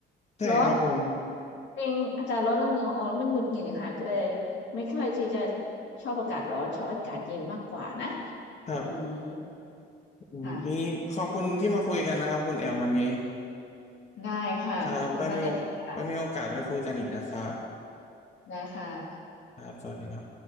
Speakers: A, on the left (about 35°); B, on the left (about 70°).
A: ใช่ครับผม
B: ร้อนจริงอากาศร้อนแล้วเหงื่อออกแล้วมันหงุดหงิดค่ะก็เลยไม่ค่อยที่จะชอบอากาศร้อนชอบอากาศเย็นมากกว่านะ
A: ครับ
B: อืม
A: อืมนี่ขอบคุณที่มาคุยกันนะครับคุณแอมวันนี้
B: ค่ะ ได้ค่ะ
A: ครับไว้มีโอไว้มีโอกาสไว้คุยกันอีกนะครับ
B: ขอบคุณมากเลยค่ะ ได้ค่ะ
A: ครับสวัสดีครับ